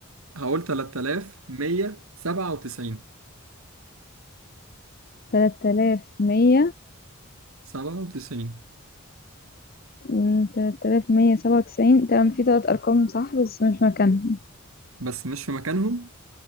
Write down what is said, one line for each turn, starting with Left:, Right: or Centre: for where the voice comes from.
Right: هقول 3197
Left: تلاتة آلاف مية
Right: 97
Left: مم، تلاتة آلاف مية سبعة وتسعين تمام في تلات أرقام صح بس مش مكان
Right: بس مش في مكانهم